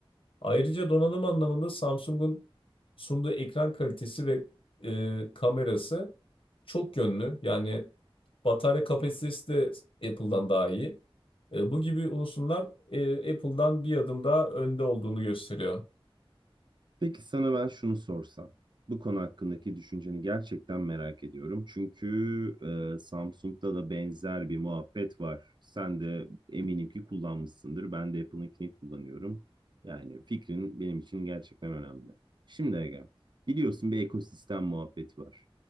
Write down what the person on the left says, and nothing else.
Ayrıca donanım anlamında Samsung'un sunduğu ekran kalitesi ve e, kamerası çok yönlü. Yani batarya kapasitesi de Apple'dan daha iyi. E, bu gibi unsurlar e, Apple'dan bir adım daha önde olduğunu gösteriyor.